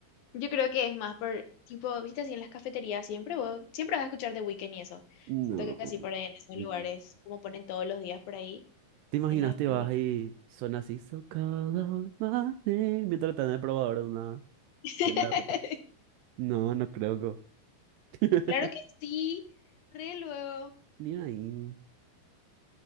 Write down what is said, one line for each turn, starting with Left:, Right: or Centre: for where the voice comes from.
Left: Yo creo que es más por, tipo, viste así en las cafeterías siempre, vos siempre vas a escuchar The Weeknd y eso.
Right: No.
Left: Siento que así por ahí en esos
Right: Mm.
Left: lugares, como ponen todos los días por ahí.
Right: ¿Te imaginas
Left: En las,
Right: te
Left: en
Right: vas
Left: las-
Right: y suena así, so call out my name, mientras estás en el probador de una
Left: <laughs>
Right: tienda de ropa? No, no creo que. <laughs>
Left: Claro que sí, re luego.
Right: Ni ahí.